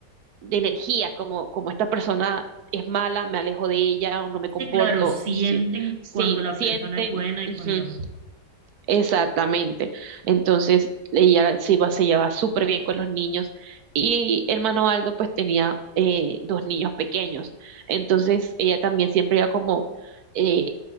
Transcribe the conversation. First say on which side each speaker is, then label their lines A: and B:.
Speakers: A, on the right; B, on the right.
A: de energía, como, como esta persona es mala, me alejo de ella o no me comporto.
B: Sí, claro, sienten
A: Sí, sí
B: cuando la
A: sienten.
B: persona es buena y
A: Ujú.
B: cuando no.
A: Exactamente. Entonces, ella se iba, se llevaba súper bien con los niños y hermano Aldo pues tenía eh, dos niños pequeños. Entonces, ella también siempre iba como, eh,